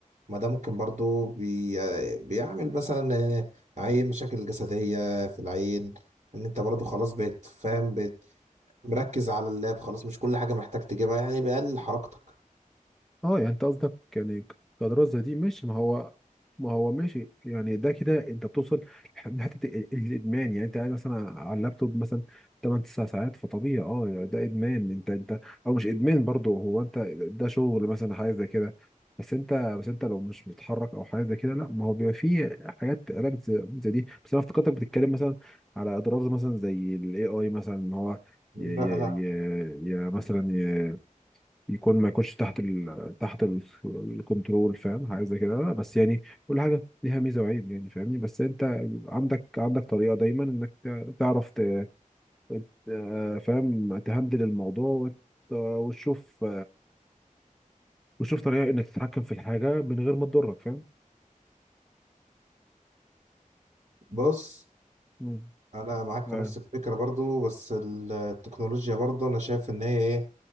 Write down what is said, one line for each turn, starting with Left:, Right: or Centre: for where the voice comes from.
Right: ما ده ممكن برضو بي... بيعمل مثلا عين مشاكل جسديه في العين ان انت برضو خلاص بقيت فاهم بقيت مركز على اللاب خلاص مش كل حاجه محتاج تجيبها يعني بيقلل حركتك
Centre: اه يعني انت قصدك يعني كدراسة زي دي ماشي ما هو ما هو ماشي يعني ده كده انت بتوصل لحد- لحته ال- الادمان يعني انت قاعد مثلا على اللابتوب مثلا 8 9 ساعات فطبيعي اه يعني ده ادمان انت انت او مش ادمان برضو هو انت ده شغل مثلا حاجه زي كده بس انت بس انت لو مش بتتحرك او حاجه زي كده لا ما هو بيبقى فيه حاجات علاج زي, زي دي بس انا افتكرتك بتتكلم مثلا على اضرار مثلا زي الاي اي مثلا ان هو
Right: لا
Centre: ي ي
Right: لا
Centre: ي ي مثلا يكون ما يكونش تحت ال... تحت ال... الكنترول فاهم حاجه زي كده لا، بس يعني كل حاجه ليها ميزه وعيب يعني فاهمني بس انت عندك عندك طريقه دايما انك تع- تعرف ت... ت- فاهم تهندل الموضوع وت... وتشوف وتشوف طريقه انك تتحكم في الحاجه من غير ما تضرك فاهم
Right: بص
Centre: مم.
Right: انا معاك في
Centre: ايوه
Right: نفس الفكره برضو بس التكنولوجيا برضو انا شايف ان هي ايه